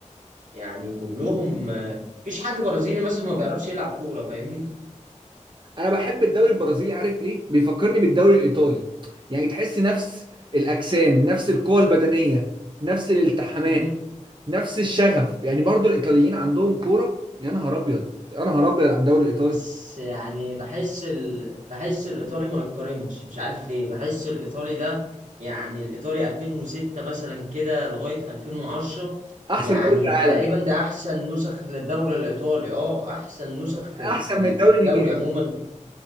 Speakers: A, on the right; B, on the right.
A: يعني كلهم آه، مفيش حد برازيلي مثلا ما بيعرفش يلعب كورة فاهمني
B: انا بحب الدوري البرازيلي عارف ليه بيفكرني بالدوري الايطالي يعني تحس نفس الاجسام نفس القوة البدنية نفس الالتحامات
A: امم
B: نفس الشغف يعني برضو الايطاليين عندهم كورة يا نهار ابيض يا نهار ابيض على الدوري الايطالي
A: بس يعني بحس ال... بحس الإيطالي ما يتقارنش مش عارف ليه بحس الإيطالي ده يعني الإيطالي 2006 مثلا كده لغاية 2010
B: احسن
A: يعني
B: دوري في العالم
A: تقريبا ده أحسن نسخ للدوري الإيطالي أه أحسن نسخ في ال...
B: احسن
A: في ال...
B: من الدوري
A: في الدوري
B: الانجليزي
A: عموما